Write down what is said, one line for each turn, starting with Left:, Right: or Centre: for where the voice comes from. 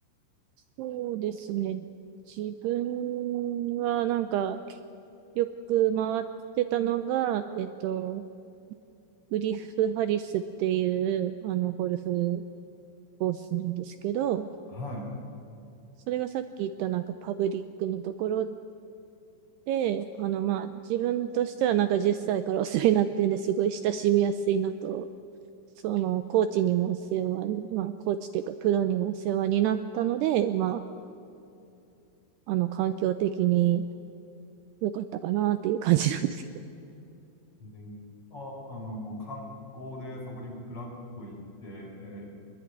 Right: そうですね。自分はなんか、よく回ってたのが、えっと、グリフ・ハリスっていう、あの、ゴルフコースなんですけど、
Left: は
Right: それがさっき言ったなんかパブリックのところで、あの、まあ、自分としてはなんか10歳からお世話になってんですごい親しみやすいのと、その、コーチにもお世話に、まあ、コーチというかプロにもお世話になったので、まあ、あの、環境的に良かったかなっていう感じなんですけど。
Left: い。であ、あの、観光でそこにブラッと行って、えー